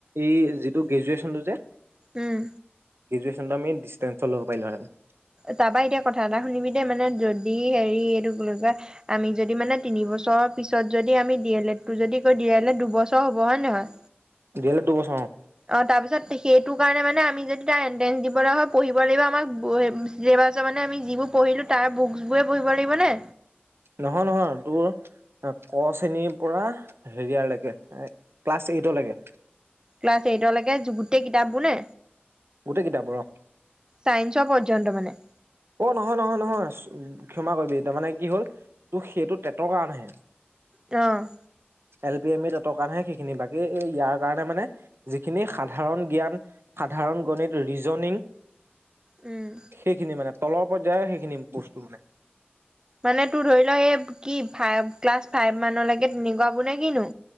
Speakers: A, on the right (about 75°); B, on the right (about 20°).
A: এই যিটো গ্ৰেজুৱেশ্যগনটো যে,
B: উম
A: গ্ৰেজুৱেশ্যনটো আমি ডিচষ্টেঞ্চত ল'ব পাৰিলোঁহেতেন।
B: তাৰপা এতিয়া কথা এটা শুনিবি দেই, মানে যদি হেৰি এইটো কি বুলি কয় আমি যদি মানে তিনি বছৰৰ পিছত যদি আমি ডি এল এডটো যদি কৰো, ডি এল এড দুবছৰ হ'ব হয় নহয়?
A: ডি এল এড দুবছৰ অঁ।
B: অ', তাৰপিছত সেইটো কাৰণে মানে আমি যদি তাৰ এন্ট্ৰেন্ঞ্চ দিবলৈ হয়। পঢ়িব লাগিব আমাক চিলেবাচ মানে আমি যিবোৰ পঢ়িলোঁ। তাৰ বুকচবোৰে পঢ়িব লাগিব নে?
A: নহয়। নহয়। তোৰ ক, শেণীৰ পৰা, হেৰিয়াৰ লৈকে ক্লাছ এইটলৈকে।
B: ক্লাছ এইটলৈকে যু গোটেই কিতাপবোৰ নে?
A: গোটেই কিতাপ বোৰ অ,
B: চাইন্সৰ পৰ্য্যন্ত মানে
A: অ', নহয়। নহয়। নহয়। ক্ষমা কৰিবি তাৰ মানে কি হল অ', সেইটো টেটৰ কাৰণেহে।
B: অ',
A: এল পি এম ই টেটৰ কাৰণেহে সেইখিনি বাকী এই ইয়াৰ কাৰণে মানে যিখিনি সাত সাধাৰণ জ্ঞান, সাধাৰণ গণিত, ৰিজনিং
B: উম',
A: সেইখিনি মানে তলৰ পৰ্য্যায়ৰ সেইখিনি বস্তু মানে
B: মানে তোৰ ধৰি ল এই কি, ফাইভ ক্লাছ ফাইভ মানলৈকে তেনেকুৱা বোৰ নে কিনো?